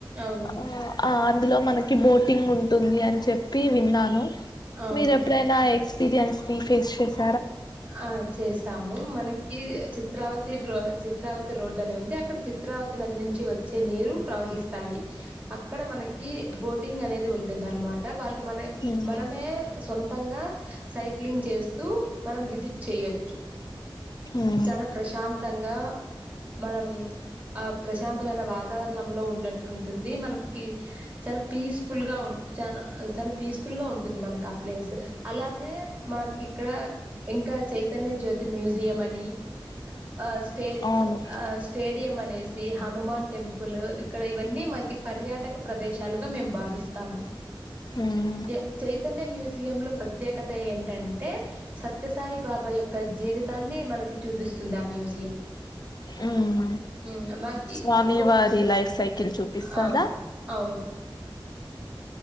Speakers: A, on the right; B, on the left.
A: అవును
B: ఆ ఆ అందులో మనకి బోటింగ్ ఉంటుంది అని చెప్పి విన్నాను
A: అవును
B: మీరు ఎప్పుడైనా పీరియన్స్ ని ఫేస్ చేస్
A: ఆ చేస్ తాము మనకి చిత్రావతి ర చిత్రావతి రోడ్డు అని మనకి చిత్రావతి రోడ్డు అని ఉంది. అక్కడ చిత్రావతి నది నుంచి వచ్చే నీరు ప్రవహిస్తాయి. అక్కడ మనకి బోటింగ్ అనేది ఉంటుంది, అనమాట వాళ్ళు మనె
B: ఉమ్
A: మనమే సొంతంగా సైక్లింగ్ చేస్తూ మనం విజిట్ చెయొచ్చు
B: ఉమ్
A: చానా ప్రశాంతంగా మనం ఆ ప్రశాంతమైన వాతావరణంలో ఉన్నట్టు ఉంటుంది. మనకి చాలా పీస్ఫుల్ గా ఉ చాన చానా పీస్ఫుల్ గా ఉంటుంది మనకు ఆ ప్లేస్, అలానే మనకి ఇక్కడ ఇంకా చైతన్య జ్యోతి మ్యూజియం అని ఆ స్టే
B: అవును
A: ఆ స్టేడియం అనేసి హనుమాన్ టెంపుల్ ఇక్కడ ఇవన్నీ మాకి పర్యాటక ప్రదేశాలుగా మేము భావిస్తాము.
B: ఉమ్
A: ఎ చైతన్య మ్యూజియం లో ప్రత్యేకత ఏంటంటే స త్య సాయిబాబా యొక్క జీవితాన్ని మనకి చూపిస్తుంది ఆ మ్యూజియం,
B: ఉమ్
A: ఉ మాకి
B: స్వామి
A: ఇంకొ
B: వారి లైఫ్ సైకిల్ చూపిస్తాదా
A: ఆ అవును